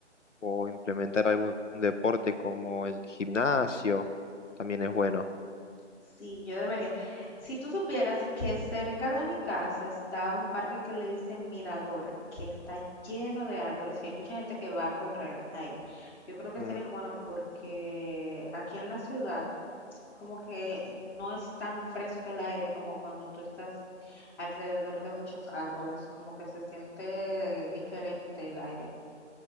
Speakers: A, on the left (about 80°); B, in the centre.
A: o implementar algún deporte como el gimnasio, también es bueno.
B: Sí, yo debería. Si tú supieras que cerca de mi casa está un parque que le dicen Mirador, que está lleno de árboles, que hay mucha gente que va a correr ahí. Yo creo que
A: Mm,
B: sería bueno porque aquí en la ciudad como que no es tan fresco el aire como cuando tú estás alrededor de muchos árboles, como que se siente diferente el aire.